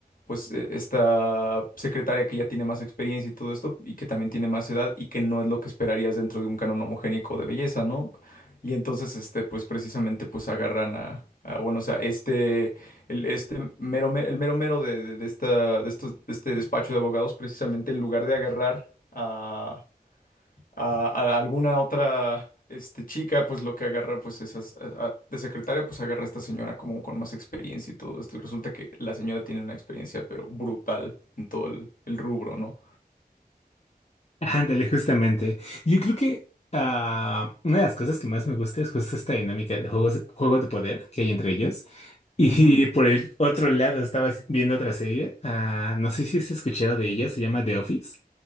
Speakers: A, on the left; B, on the left.
A: pues e- esta secretaria que ya tiene más experiencia y todo esto y que también tiene más edad y que no es lo que esperarías dentro de un canon homogénico de belleza, ¿no? Y entonces, este, pues precisamente, pues agarran a, a, bueno, o sea, este, el, este mero, me- el mero mero de, de, de esta, de estos, de este despacho de abogados, precisamente en lugar de agarrar a a, a alguna otra este, chica, pues lo que agarra, pues esas, a- a- de secretaria, pues agarra a esta señora como con más experiencia y todo esto. Y resulta que la señora tiene una experiencia, pero brutal en todo el, el rubro, ¿no?
B: Ándale, justamente. Yo creo que ah, una de las cosas que más me gusta es justo esta dinámica de juegos, juegos de poder que hay entre ellos. Y
A: Ujú.
B: por el otro lado, estaba viendo otra serie. ah, no sé si has escuchado de ella, se llama The Office.